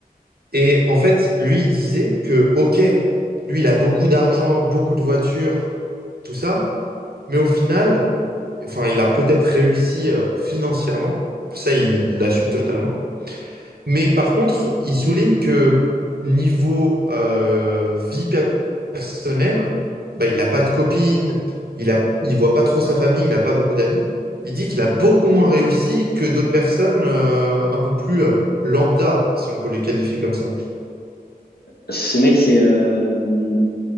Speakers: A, on the right (about 75°); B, on the left (about 80°).
A: Et en fait, lui, il disait que, OK, lui, il a beaucoup d'argent, beaucoup de voitures, tout ça, mais au final, enfin, il a peut-être réussi euh, financièrement, ça, il l'assume totalement. Mais par contre, il souligne que niveau euh, vie per- personnelle, bah, il n'a pas de copine, il a, il voit pas trop sa famille, il n'a pas beaucoup d'amis. Il dit qu'il a beaucoup moins réussi que d'autres personnes euh, un peu plus euh, lambda, si on peut les qualifier comme ça.
B: Ce mec, c'est euh,